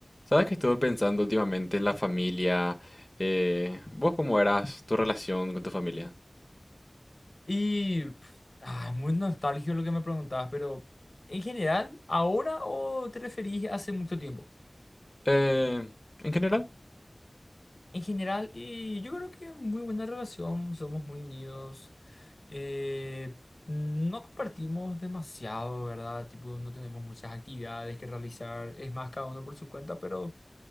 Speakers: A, on the left (about 20°); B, on the left (about 65°).
A: Sabes que estuve pensando últimamente en la familia. eh, ¿vos cómo eras tu relación con tu familia?
B: Y pf, ah, muy nostálgico lo que me preguntabas, pero en general, ¿ahora o te referís hace mucho tiempo?
A: Eh, en general,
B: En general, y yo creo que muy buena relación, somos muy unidos, eh, no compartimos demasiado, ¿verdad? Tipo, no tenemos muchas actividades que realizar, es más cada uno por su cuenta, pero